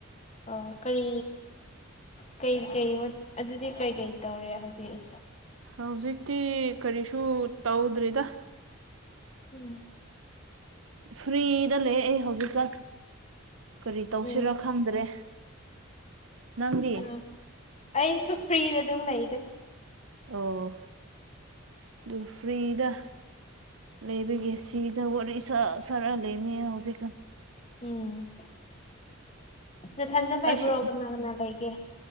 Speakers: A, on the left; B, on the right.
A: ꯑꯣ ꯀꯔꯤ ꯀꯩ ꯀꯩ ꯑꯗꯨꯗꯤ ꯀꯩꯀꯩ ꯇꯧꯔꯦ ꯍꯧꯖꯤꯛ
B: ꯍꯧꯖꯤꯛꯇꯤ ꯀꯔꯤꯁꯨ ꯇꯧꯗ꯭ꯔꯤꯗ
A: ꯎꯝ
B: ꯐ꯭ꯔꯤꯗ ꯂꯩ ꯑꯩ ꯍꯧꯖꯤꯛꯀ ꯀꯔꯤ ꯇꯧꯁꯤꯔꯣ
A: ꯎꯝ
B: ꯈꯪꯗ꯭ꯔꯦ ꯅꯪꯗꯤ
A: ꯑꯥ ꯑꯩꯁꯨ ꯐ꯭ꯔꯤꯗꯗꯤꯝ ꯂꯩꯗꯥ
B: ꯑꯣ ꯑꯗꯨ ꯐ꯭ꯔꯤꯗ ꯂꯩꯕꯒꯤꯦ ꯁꯤ ꯋꯥꯔꯤ ꯁ ꯁꯔ ꯂꯩꯕꯅꯦ ꯍꯧꯖꯤꯀꯟ
A: ꯎꯝ ꯅꯊꯟꯗ ꯂꯩꯕ꯭ꯔꯣ
B: ꯑꯁꯤ
A: ꯀꯅꯥ ꯀꯅꯥ ꯂꯩꯒꯦ